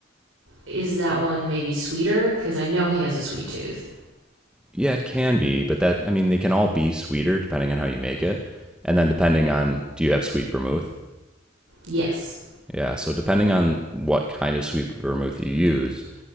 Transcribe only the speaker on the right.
is that one maybe sweeter because I know he has a sweet tooth.
Yes.